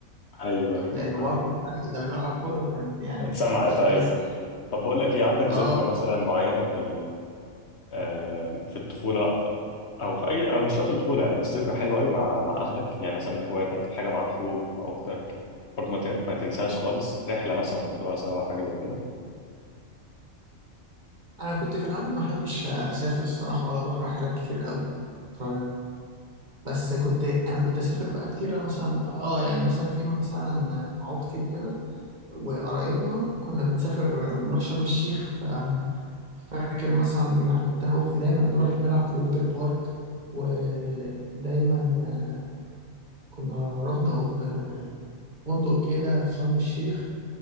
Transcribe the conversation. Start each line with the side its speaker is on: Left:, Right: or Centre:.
Left: ايوه ايوه
Right: لانه
Left: آه.
Right: برضه قدام الملعب كله فكان يعني
Left: اتسمعت
Right: ما كنتش قادر
Left: ايوه
Right: استوعب
Left: طب بقول لك ايه عندك
Right: اه
Left: ذكرى مثلا معينه في آم، في الطفولة أو في أي أو مش شرط الطفولة يعني بس ذكرى حلوة أوي مع مع أهلك يعني مثلا إخواتك حاجة مع أخوك مع أختك برضه ما تن- ما تنساش خالص رحلة مثلا رحتوها سوا حاجة زي كده
Right: انا كنت في العادي ما احبش اسافر الصراحه ولا اروح رحلات كتير قوي ف بس كنت انا كنت اسافر بقى كتير مثلا اه يعني مثلا في مثلا مع اختي وكده وقرايبنا كنا بنسافر نروح شرم الشيخ ف فاكر مثلا يعني كنت انا واختي دايما نروح نلعب في الووتر بارك ودايما آه، كنا رحنا آه، فندق كده في شرم الشيخ